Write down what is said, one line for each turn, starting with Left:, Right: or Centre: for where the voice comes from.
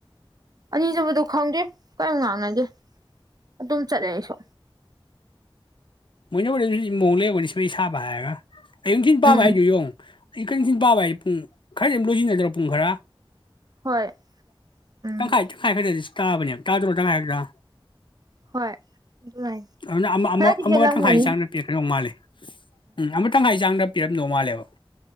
Right: ꯑꯅꯤꯁꯨꯕꯗꯣ ꯈꯪꯗꯦ ꯀꯔꯤꯝ ꯉꯥꯡꯅꯒꯦ ꯑꯗꯨꯝ ꯆꯠꯂꯦ ꯑꯩꯁꯨ
Left: ꯃ <unintelligible> ꯃ ꯂꯩꯦꯕꯅꯤ ꯍꯁꯥꯕ ꯍꯥꯏꯒ ꯑꯌꯨꯛ ꯊꯤꯤꯟ ꯄꯥꯕ
Right: ꯎꯝ
Left: ꯍꯥꯏꯨ ꯌꯦꯉ ꯑꯩ ꯀꯔꯤꯁꯤꯟ ꯄꯥꯕ ꯍꯥꯏ ꯄꯨꯡ ꯈꯔꯗꯤ ꯑꯗꯨꯝ ꯂꯣꯏꯁꯤꯟꯟꯅꯗ꯭ꯔꯣ ꯄꯨꯡ ꯈꯔ
Right: ꯍꯣꯏ ꯎꯝ
Left: ꯇꯪꯥꯏ ꯇꯪ ꯈꯥꯏ ꯐꯔꯦꯁ ꯇꯥꯕꯅꯦ ꯇꯥꯗ꯭ꯔꯣꯇꯉ ꯍꯥꯏꯗ
Right: ꯍꯣꯏ ꯑꯗꯨꯃꯥꯏꯅ
Left: ꯑꯗꯨꯅ ꯑꯃ
Right: ꯈꯔꯗꯤ
Left: ꯑꯃꯒ
Right: ꯍꯦꯜꯂꯝꯒꯅꯤ
Left: ꯇꯪꯈꯥꯏ ꯆꯥꯡꯗ ꯄꯦꯛꯈ꯭ꯔꯧ ꯃꯥꯜꯂꯦ ꯎꯝ ꯑꯃ ꯇꯪ ꯍꯥꯏꯥꯏꯖꯪꯗ ꯄꯤꯔꯝꯗꯧ ꯃꯥꯜꯂꯦꯕ